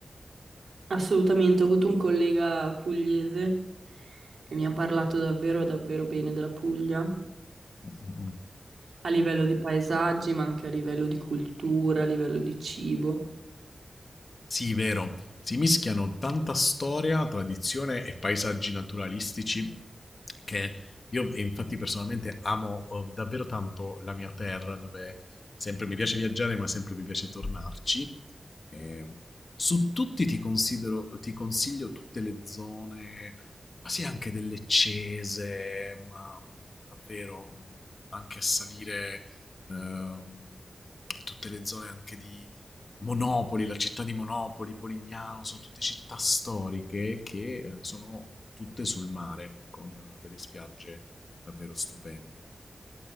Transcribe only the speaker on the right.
Assolutamente, ho avuto un collega pugliese che mi ha parlato davvero, davvero bene della Puglia,
a livello di paesaggi, ma anche a livello di cultura, a livello di cibo.